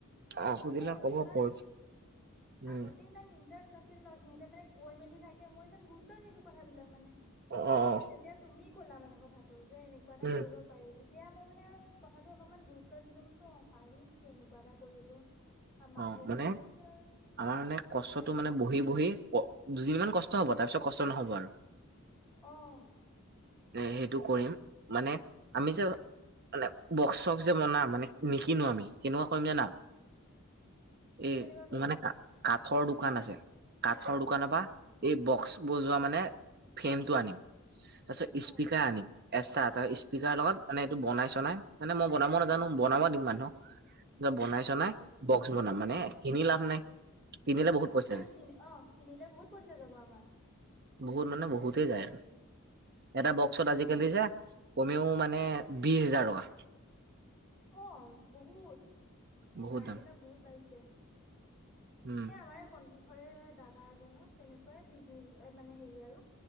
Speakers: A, on the right; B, in the centre.
A: অ
B: মোৰ
A: সুধিলে
B: মানে
A: ক'ব
B: ইমান
A: প্ৰফিট উম
B: আগতে ইমান ইন্টাৰেষ্ট নাছিল ন' সিহঁতে মানে কৈ মেলি থাকে মই ইমান গুৰুত্ব নিদিওঁ কথাবিলাক মানে,
A: অ অ
B: তাৰপিছত
A: অ
B: যেতিয়া তুমি কলা মানে কথাটো যে এনেকুৱা এটা
A: উম
B: কৰিব পাৰি তেতিয়া মই মানে কথাটো অলপমান গুৰুত্ব দিলোঁ, অ' পাৰিতো এনেকুৱা এটা কৰিব। আমাৰ
A: অ'
B: ধৰি
A: মানে
B: লোৱা তাৰপিছত
A: আমাৰ মানে কষ্টটো
B: অ' কোৱা
A: মানে বহি বহি দুদিনমান কষ্ট কষ্ট হ'ব তাৰপিছত কষ্ট নহ'ব আৰু।
B: অ'।
A: এই সেইটো কৰিম মানে আমি যে, মানে বক্স চখ যে বনাম মানে নিকিনো আমি কেনেকুৱা কৰিম জানা? এ
B: কেনেকুৱা কৰিবা
A: মানে কা-কা কাঠৰ দোকান আছে, কাঠৰ দোকানৰ পৰা
B: অ'
A: এই বক্স বজোৱা মানে মানে ফ্ৰেমটো আনিম, তাৰপিছত স্পীকাৰ
B: অ'
A: আনিম, এক্সটা তাৰপিছত স্পীকাৰ লগত মানে এইটো বনাই চনাই মানে মই বনাব নাজানোঁ বনাব দিম মানুহক। বনাই-চনাই
B: অ' বনাব দিবা
A: বক্স বনাম মানে কিনি লাভ নাই।
B: <unintelligible>
A: কিনিলে বহুত পইচা যায়
B: অহ, কিনিলে বহুত পইচা যাব আমাৰ।
A: বহুত মানে বহুতেই যায় আৰু। এটা বক্সত
B: বহুত যাব
A: আজিকালি যে কমেওঁ মানে বিশ হেজাৰ টকা।
B: অহ, বহুত এ
A: বহুত
B: দামবিলাক
A: দাম
B: বহুত বাঢ়িছে। এ
A: উম
B: আমাৰ এই সন্মূখৰে দাদা এজনৰ তেনেকুৱাই বিজনেচ মানে হেৰি আৰু।